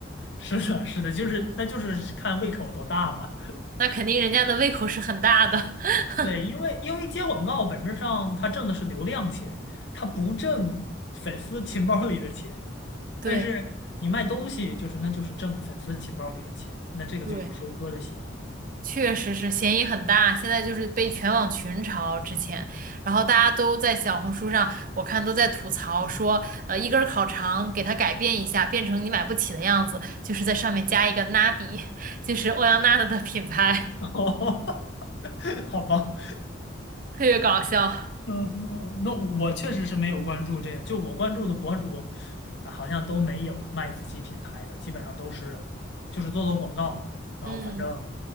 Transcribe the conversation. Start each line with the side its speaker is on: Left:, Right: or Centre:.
Left: 是的，是的，就是那就是看胃口多大嘛。
Right: 那肯定人家的胃口是很大的。<laughs>
Left: 对，因为因为接广告本质上他挣的是流量钱，他不挣粉丝钱包里的钱。
Right: 对
Left: 但是你卖东西，就是那就是挣粉丝钱包里的钱，那这个就有收割的嫌疑。
Right: 对，确实是嫌疑很大，现在就是被全网群嘲之前，然后大家都在小红书上，我看都在吐槽说，呃，一根儿烤肠给它改变一下，变成你买不起的样子，就是在上面加一个 n a 就是欧阳娜娜的品牌，
Left: <laughs> 哦好吧。
Right: 特别搞笑。
Left: 嗯，那那我确实是没有关注这个，就我关注的博主，啊好像都没有卖自己品牌的，基本上都是就是做做广告，然后反正，
Right: 嗯，